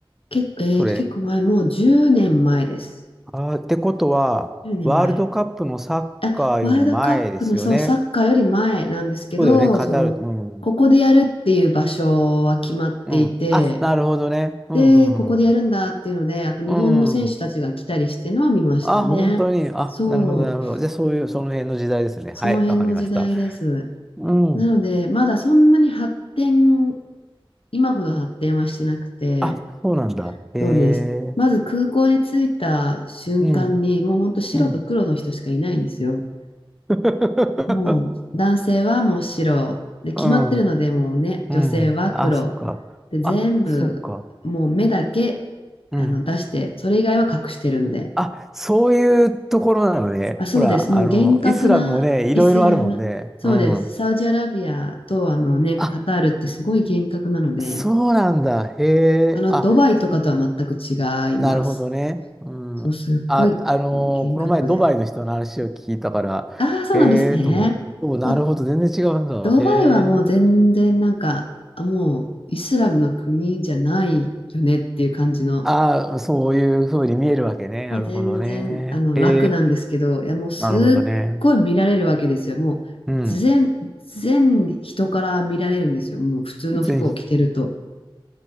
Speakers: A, on the left; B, in the centre.
A: 結構、えーと、
B: それ。
A: 結構前、もう10年前です。
B: あー、ってことは、
A: 10年前。
B: ワールドカップのサッカーより前ですよね。
A: あ、ワールドカップのそう、サッカーより前なんですけど、
B: そうだよね、カタール。
A: その、
B: うん。
A: ここでやるっていう場所は決まっていて、
B: うん。あ、なるほどね。うん、
A: で、
B: うん、
A: ここでやるんだっていうので、
B: うん
A: あと日本の選手たちが来たりしてるのは見ましたね。
B: うん。うん。あ、本当に。あ、
A: そう、
B: なるほど、なるほど。じゃあ、そういう、その辺の時代ですね。
A: その辺の時代です。
B: はい、わかりました。うん。
A: なので、まだそんなに発展、今ほど発展はしてなくて、
B: あ、そうなんだ。へえ。
A: そうです。まず空港に着いた瞬間に、
B: うん、
A: もうほんと白と黒の人しかいないんですよ。
B: うん。<laughs>
A: もう男性はもう白で決まってるのでもうね女性は黒
B: うん、うん。あ、そっか。
A: で全部もう目だけ
B: あ、そっか。うん。
A: あの出してそれ以外は隠してるので
B: あ、そういうところなのね。
A: あそうですもう厳格なイスラムそうですサウジアラビアとあのねカタールってすごい厳格なので
B: ほら、あの、イスラムもね、いろいろあるもんね。うん。あ、そうなんだ。へ
A: あのドバイとかとは全く違います
B: え。あなるほどね。うん。
A: そうすっごい
B: あ、あのーこの前ドバイの人の話を聞いたから、
A: 厳格でああーそうなんですねま
B: へえと思って。お、なるほど、全然違うんだ。
A: ドバイはもう全然なんか、
B: へえ。
A: あ、もうイスラムの国じゃないよねっていう感じの、
B: ああ、そういうふうに見えるわけね。なるほどね。
A: もう全然あの楽なんですけど、
B: へえ、
A: いやもうすっごい見られるわけですよ。
B: なるほどね。
A: もう全、
B: うん。
A: 全人から見られるんですよ。もう普通の服を着てると。
B: ぜひ、